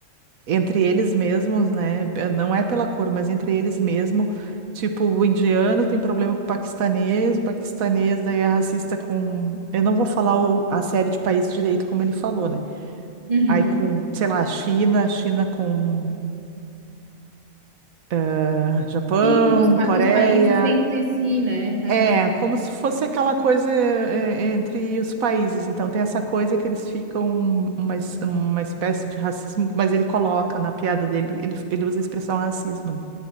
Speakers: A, on the right; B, on the right.
A: entre eles mesmos, né? eh, Não é pela cor, mas entre eles mesmo. Tipo, o indiano tem problema com o paquistanês, o paquistanês daí é racista com. Eu não vou falar o- a série de países direito como ele falou, né?
B: Uhum.
A: Aí com, sei lá, China, China com. eh, Japão,
B: Sim, os, pa-
A: Coreia.
B: os países entre si, né? Aham.
A: É, como se fosse aquela coisa é, entre os países. Então, tem essa coisa que eles ficam uma, es- uma espécie de racismo, mas ele coloca na piada dele, ele, ele usa a expressão racismo, né?